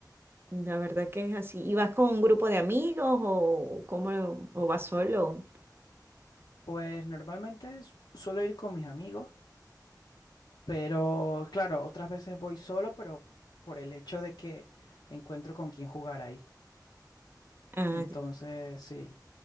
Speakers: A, on the right; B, on the left.
A: la verdad que es así. ¿Y vas con un grupo de amigos o cómo, lo- o vas solo?
B: Pues normalmente es- suelo ir con mis amigos, pero claro, otras veces voy solo, pero por el hecho de que encuentro con quién jugar ahí.
A: Ah,
B: Entonces, sí,